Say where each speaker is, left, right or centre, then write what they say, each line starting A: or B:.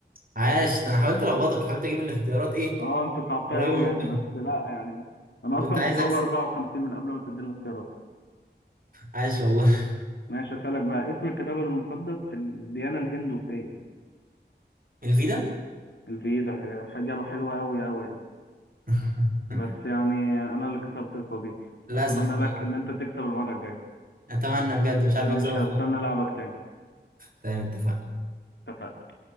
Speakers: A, on the right (about 50°); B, on the left (about 80°).
A: عاش ده انا حاولت الخبطك حاولت اجيب الاختيارات ايه
B: اه انت صعبتها
A: قريبه
B: قوي يعني
A: من بعض
B: بس لا يعني انا
A: كنت
B: اصلا
A: عايز
B: كنت هقول
A: اكسب
B: 54 من قبل ما تديني الاختيارات
A: عاش والله
B: ماشي اسالك بقى اسم الكتاب المقدس في الديانه الهندوسيه
A: الفيدا
B: الفيدا هي اجابه حلوه قوي قوي يعني
A: <laughs>
B: بس يعني انا اللي كسبت يا صديقي
A: للاسف
B: اتمنى
A: ما
B: لك ان انت تكسب المره الجايه
A: اتمنى بجد مش عارف
B: ماشي
A: اكسبك
B: هستنى
A: خالص
B: لعبك تاني
A: تمام اتفقنا
B: اتفقنا